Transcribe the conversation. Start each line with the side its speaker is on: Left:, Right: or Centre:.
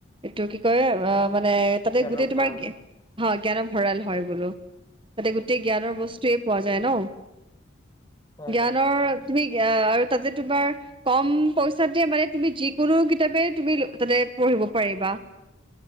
Right: এইটো কি কয় অ মানে- তাতে
Left: জ্ঞানৰ
Right: গোটেই তোমাৰ,
Left: ভঁৰাল
Right: হয় জ্ঞানৰ ভঁৰাল হয় বোলো, তাতে গোটেই জ্ঞানৰ বস্তুৱে- জানো,
Left: হয়
Right: জ্ঞানৰ
Left: হয় ঠিকে কৈছা
Right: তুমি আৰু তাতে তোমাৰ- কম পইচাতে মানে তুমি যিকোনো কিতাপে তুমি তাতে পঢ়িব পাৰিবা।